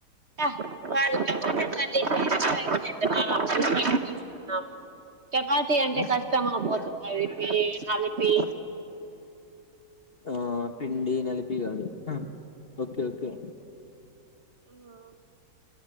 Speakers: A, on the right; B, on the left.
A: ట, వాళ్ళు టమోటకర్రి జేస్తె అయిజేద్దామ, నాకు తెలిసి ఎన్సి తీసుకున్నాం. చపాతి అంటె,
B: ఆ
A: కష్టమపోతుంది. యైతె కలిపి
B: ఆ పిండి నలిప్, టీ గాదు హ ఓకె, ఓకె
A: హ ఆ-